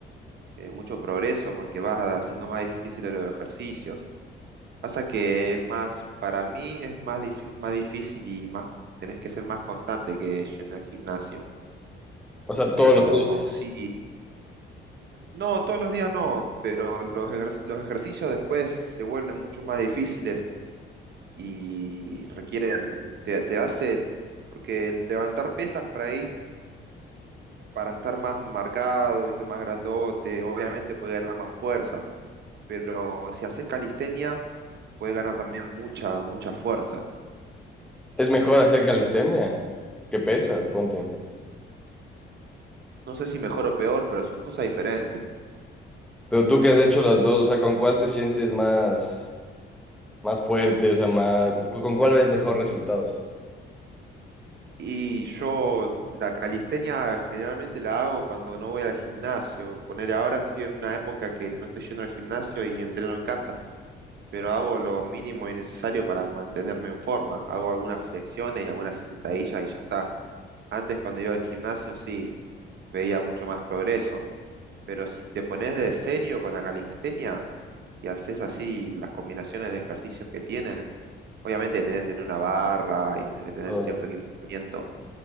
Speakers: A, on the right; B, in the centre.
A: eh, mucho progreso porque vas haciendo más difíciles los ejercicios. Pasa que es más, para mí es más, dif- más difícil y más, tenés que ser más constante que yendo al gimnasio.
B: O sea, todos
A: Pero
B: los días.
A: sí, no, todos los días no, pero los, ejer- los ejercicios después se vuelven mucho más difíciles y requieren, te, te hace, porque levantar pesas por ahí, para estar más marcado, viste, más grandote, obviamente puede ganar más fuerza, pero si haces calistenia, puede ganar también mucha, mucha fuerza.
B: Es mejor hacer calistenia que pesas, ponte.
A: no sé si mejor o peor, pero son cosas diferentes.
B: Pero tú que has hecho las dos, o sea, ¿con cuál te sientes más, más fuerte? O sea, más, ¿con cuál ves mejor resultados?
A: Y yo la calistenia generalmente la hago cuando no voy al gimnasio. Poner ahora estoy en una época que no estoy yendo al gimnasio y entreno en casa, pero hago lo mínimo y necesario para mantenerme en forma. Hago algunas flexiones y algunas sentadillas y ya está. Antes cuando iba al gimnasio sí, veía mucho más progreso. Pero si te pones de serio con la calistenia y haces así las combinaciones de ejercicios que tienen, obviamente tenés que tener una barra y tenés que tener
B: O
A: cierto equipamiento.